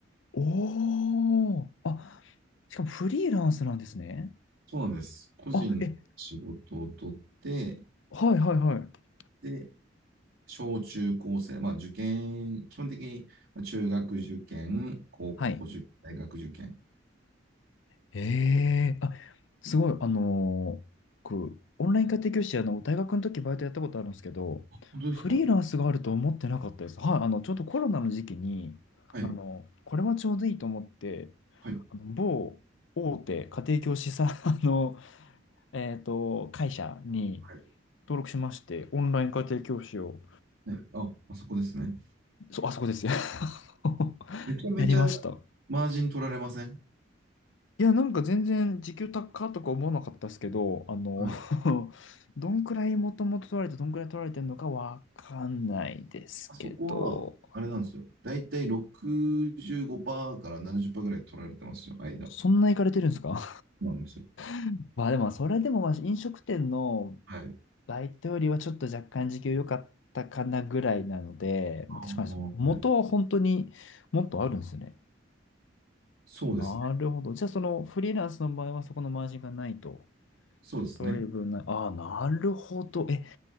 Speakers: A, on the left; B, on the right.
A: おー。あ、しかもフリーランスなんですね。
B: そうなんです。個人で仕事を取って、
A: あ、え、はいはいはい。
B: で、小中高生、まあ受験、基本的にまあ中学受験、高校受験、
A: はい。
B: 大学受験。
A: ええあ、すごい、あのー僕、オンライン家庭教師、あの、大学の時バイトやったことあるんですけど、
B: 本当ですかは
A: フリーランスがあると思ってなかったです。はい、あの、ちょうどコロナの時期に、
B: い。
A: あの、これはちょうどいいと思って、
B: はい。
A: あの、某大手家庭教師さん、<laughs> あの、えっと、会社に
B: はい。
A: 登録しまして、オンライン家庭教師を、
B: はい。あ、あそこですね。
A: そう、あそこですよ。<laughs>
B: めちゃめちゃ
A: やりました。
B: マージン取られません
A: いや、なんか全然時給高とか思わなかったですけど、あの
B: はい。
A: <laughs> どんくらいもともと取られて、どんくらい取られてるのかわかんないですけど、
B: あそこは、あれなんですよ。だいたい65%から70%ぐらい取られてますよ、間。
A: そんな行かれてるんですか
B: そうなんですよ。
A: <laughs> まあでも、それでもまあ飲食店の
B: はい。
A: バイトよりはちょっと若干時給良かったかなぐらいなので、
B: あーはい。
A: まあ確かにそ元は本当にもっとあるんですね。
B: そうですね。
A: なるほど。じゃあそのフリーランスの場合はそこのマージンがないと。
B: そうですね。
A: 取られる分ない。ああ、なるほど。え、